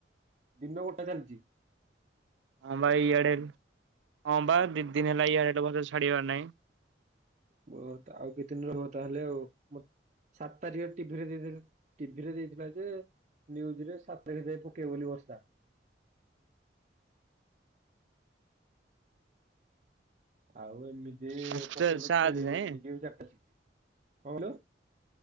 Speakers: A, on the right (about 40°); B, on the right (about 85°).
A: ଦିନ ଗୋଟେ ଚାଲିଛି।
B: ହଁ ବା ଇଆଡେ, ହଁ ବା ଦି- ଦିନ ହେଲା ଇଆଡେ ବର୍ଷା ଛାଡିବାର ନାହିଁ।
A: ବ ଆଉ କେତେ ଦିନ ରହିବ ତାହେଲେ ଆଉ। ସାତ ତାରିଖ ଟିଭିରେ ଦେଇଦେଲେ, ଟିଭିରେ ଦେଇଥିଲା ଯେ ନ୍ୟୁଜ ରେ ସାତ ତାରିଖ ଯାଇ ପକେଇ ବ ବୋଲି ବର୍ଷା। ଆଉ ଏମିତି
B: ସାତ
A: ପକେଇଲେ
B: ସାତ
A: ଖେଳି
B: ଯାଏଁ
A: ହଉନି ଟିକେ ଚାରିଟା ଶିଖେ। କଣ କହିଲ?